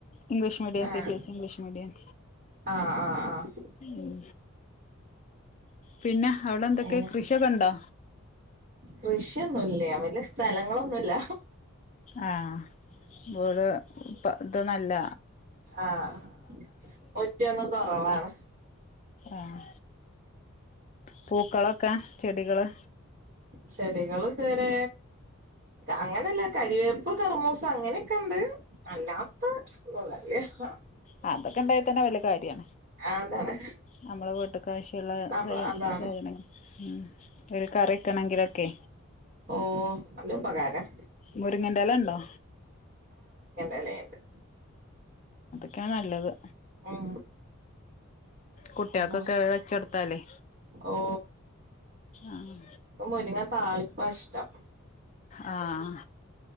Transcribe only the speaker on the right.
ആഹ്
ആഹ് ആഹ് ആഹ്
അങ്ങനെ
കൃഷിയൊന്നുല്യാ വെല്ല്യ സ്ഥലങ്ങളൊന്നുല്ല
ആഹ് മുറ്റം ഒന്നും കൊറവാണ്
ചെടികൾ ഇതുവരെ, അങ്ങനെയല്ല കരിവേപ്പ് കറമൂസ് അങ്ങനെയൊക്കെ ഇണ്ട്. അല്ലാത്തെ ഇതൊ <unintelligible> <unintelligible>
അതാണ്
നമ്മള്
അതാണ്
ഓ നല്ല ഉപകാരം
എലയിണ്ട്.
ഉം
അത
ഓ
മുരിങ്ങ താളി പഷ്ടം